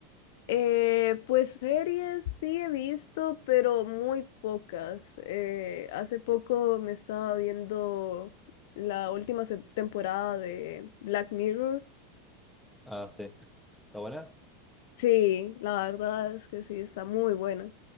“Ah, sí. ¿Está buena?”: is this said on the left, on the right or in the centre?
Centre